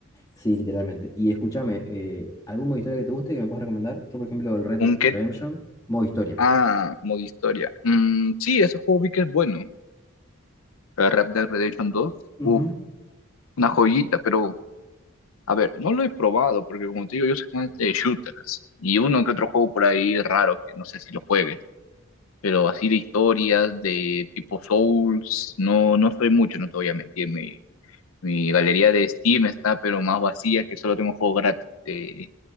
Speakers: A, on the left (about 15°); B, on the left (about 80°).
A: Sí, literalmente. Y escúchame, eh, ¿algún modo historia que te guste que me puedas recomendar? Yo, por ejemplo, el Red Dead
B: Un que,
A: Redemption, modo historia.
B: ah, modo historia. Mm, sí, ese juego vi que es bueno. El Red Dead Redemption dos,
A: Ujú.
B: uf, una joyita, pero a ver, no lo he probado porque como te digo, yo soy más de shooters y uno que otro juego por ahí raro que no sé si lo juegue. pero así de historias de tipo Souls, no, no soy mucho, no te voy a mentir. Mi, mi galería de Steam está pero más vacía que solo tengo juegos gratis. de,